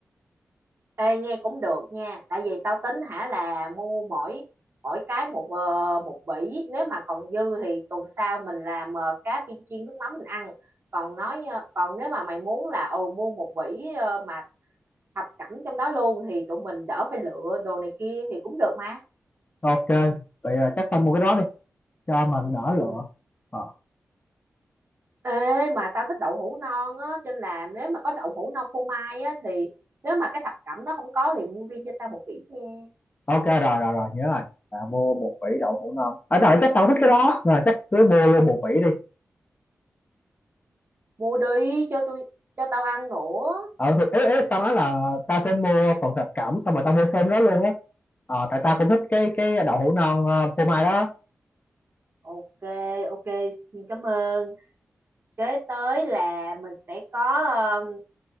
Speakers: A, on the right (about 50°); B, on the left (about 30°).
A: Ê, nghe cũng được nha tại vì tao tính hả là mua mỗi mỗi cái một ờ, một vỉ nếu mà còn dư thì tuần sau mình làm ờ, cá viên chiên nước mắm mình ăn còn nói nha- còn nếu mà mày muốn là ồ mua một vỉ ờ, mà thập cẩm trong đó luôn thì tụi mình đỡ phải lựa đồ này kia thì cũng được mà
B: ok vậy là chắc tao mua cái đó đi cho mình đỡ lựa
A: ừ.
B: Ờ,
A: Ê mà tao thích đậu hũ non á cho nên là nếu mà có đậu hũ non phô mai á thì nếu mà cái thập cẩm đó không có thì mua riêng cho tao một vỉ nha
B: ok rồi rồi rồi nhớ rồi à, mua một vỉ đậu hũ non ở rồi chắc tao thích cái đó rồi chắc cứ mua luôn một vỉ đi
A: mua đi cho tôi cho tao ăn nữa
B: ờ thì ý, ý, tao nói là tao sẽ mua phần thập cẩm xong rồi tao mua thêm đó luôn á ờ, tại tao cũng thích cái cái đậu hũ non uh, phô mai đó
A: ok ok xin cảm ơn kế tới là mình sẽ có um,